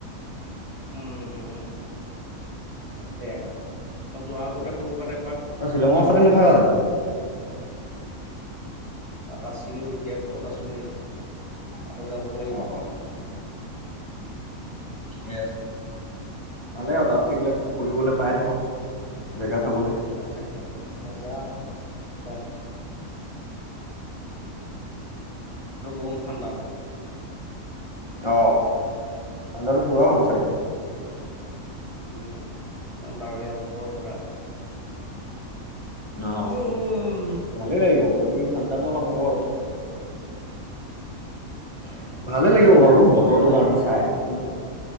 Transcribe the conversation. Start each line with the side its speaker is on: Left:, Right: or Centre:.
Right: উম, উম, উম। তাকে, মই যোৱাৰ আগতে তোৰ <unintelligible>
Left: ত শ্বিলঙৰ ওচৰতে নাথাক জানো?
Right: তাত আছিলোঁ এতিয়া ঘৰত আছোঁ হি। আকৌ যাব লাগিব।
Left: অ ঠিকেই আছে। ভালে আৰু তাত থাকিলে ফুৰিবলৈ পাই থাকো জেগা চাবলে
Right: তাত থাকিলে মজা। ন? আৰু বোম ঠাণ্ডাবৰ।
Left: অ' ঠাণ্ডাতটো পুৰা হ'ব চাগে?
Right: উ উম ডাৱৰীয়া বতৰৰ পুৰা
Left: অ
Right: উম
Left: ভালে লাগিব খালি ঠাণ্ডাতটো অলপ হ'ব আৰু। <unintelligible> ভালে লাগিব
Right: বাকী
Left: বাৰু
Right: ঘৰ চবৰে
Left: বতৰটো
Right: ভালে
Left: কাৰণ চাই কিন্তু